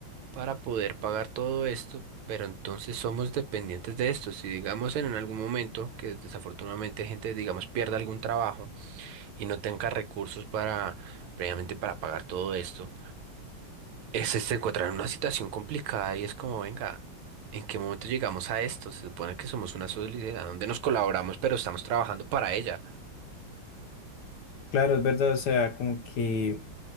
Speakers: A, on the right (about 80°); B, on the left (about 75°).
A: para poder pagar todo esto, pero entonces somos dependientes de esto. Si digamos en algún momento que desafortunadamente gente, digamos, pierda algún trabajo y no tenga recursos para, previamente para pagar todo esto es este en una situación complicada y es como, venga, ¿en qué momento llegamos a esto? Se supone que somos una sociedad donde nos colaboramos, pero estamos trabajando para ella.
B: Claro, es verdad, o sea, como que...